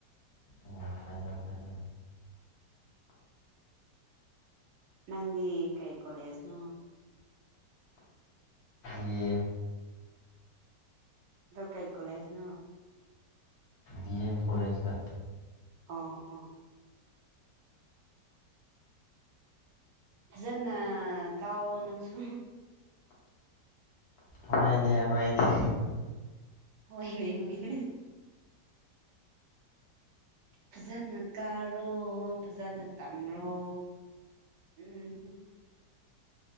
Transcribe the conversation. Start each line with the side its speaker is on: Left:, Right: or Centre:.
Left: ꯑꯣ ꯐꯥꯏꯅ ꯐꯥꯏꯅ
Right: ꯅꯪꯗꯤ ꯀꯩ ꯀꯣꯂꯦꯖꯅꯣ
Left: ꯌꯦ
Right: ꯀꯥꯏ ꯀꯣꯂꯦꯁꯅ
Left: ꯗꯤ ꯑꯦꯝ ꯀꯣꯂꯦꯖꯇ
Right: ꯑ ꯑ ꯐꯖꯅ ꯀꯥꯎꯑꯣꯣ ꯅꯪꯁꯨ
Left: ꯍꯅꯦ ꯍꯅꯦ
Right: ꯍꯣꯏꯅꯦ ꯑꯣꯏꯣꯏꯅꯦ ꯐꯖꯅ ꯀꯥꯔꯣ ꯐꯖꯅ ꯇꯝꯔꯣ ꯎꯝ